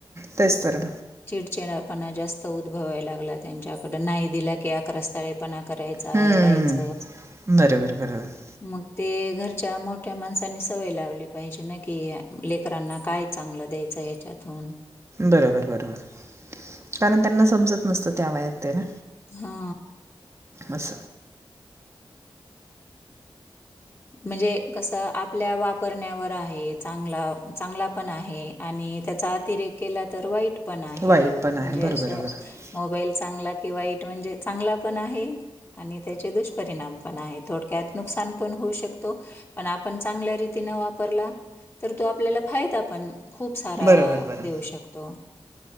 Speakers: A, on the right; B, on the left.
A: तेच तर.
B: चिडचिडपणा जास्त उद्भवायला लागला त्यांच्याकड नाही दिला की अकरास्ताळी पणा करायचा
A: हम्म
B: रडायच
A: बरोबर बरोबर
B: मग ते घरच्या मोठ्या माणसाांनी सवय लावली पाहिजे न की लेकरांना काय चांगलं द्यायचं. येच्यातून
A: बरोबर बरोबर कारण त्यांना समजत नसतं त्या वयात ते ना.
B: हा.
A: अस.
B: म्हणजे कस आपल्या वापरण्यावर आहे चांगला चांगला पण आहे आणि त्या अतिरेक तर वाईट पण आहे
A: वाईट पण आहे
B: म्हणजे
A: बरोबर
B: अस
A: बरं
B: मोबाईल चांग की वाईट म्हणजे चांगला पण आहे आणि त्याचे दुष्परिणाम पण आहे थोडक्यात नुकसान पण होऊ शक तो पण आपण चांगल्या रीतीने वापरला तर तो आपल्याला फायदा पण खूप सारा
A: बरोबर बरं
B: देऊ शकतो.